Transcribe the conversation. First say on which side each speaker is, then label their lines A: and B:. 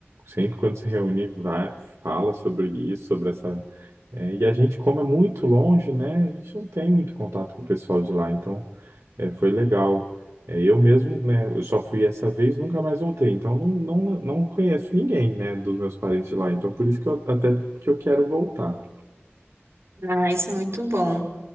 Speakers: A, on the right; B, on the right.
A: Sempre quando se reúne, vai, fala sobre isso, sobre essa. é, e a gente, como é muito longe, né? A gente não tem muito contato com o pessoal de lá, então é, foi legal. É, eu mesmo, né? Eu só fui essa vez, nunca mais voltei. Então não, não, não conheço ninguém, né? Dos meus parentes de lá. Então por isso que eu até que eu quero voltar.
B: ah, isso é muito bom.